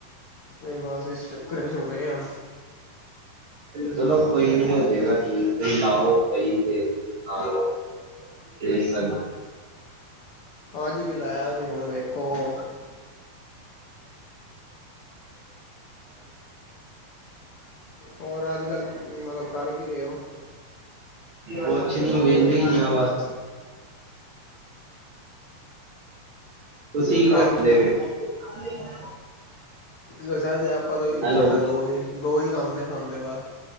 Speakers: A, on the left; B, on the right.
A: ਇਹ ਬਸ ਇਸ ਚੱਕਰ ਚ ਹੋ ਗਏ ਆ।
B: ਚਲੋ ਕੋਈ ਨੀ ਹੋ ਜਏਗਾ ਠੀਕ ਏ, ਤੁਸੀਂ ਲਾਓ ਸਹੀ ਤੇ ਖਾ ਲਓ ਬੇਸਨ
A: ਅੱਜ ਵੀ ਲਾਇਆ ਸੀ ਹੁਣ ਵੇਖੋ ਓਹ
B: <inaudible> <inaudible>
A: ਹੋਰ ਅੱਜ ਕੱਲ੍ਹ ਕੀ ਮਤਲਬ ਕਰ ਕੀ ਰਹੇ ਹੋ
B: ਕੁਛ ਨੀ ਵੇੈਲੇ ਇ ਆ ਬਸ ਤੁਸੀਂ ਕੀ
A: ਕੰਮ
B: ਕਰਦੇ
A: ਕੁਮ
B: ਪਏ ਓ?
A: ਦੱਸਿਆ ਤੇ ਏ, ਆਪਾਂ ਤੇ ਓਹੀ
B: ਹੈਲੋ
A: ਸਾਡਾ ਦੋ ਈ, ਦੋ ਈ ਕੰਮ ਏ ਸਾਨੂੰ ਓ ਦੇ ਬਾਦ,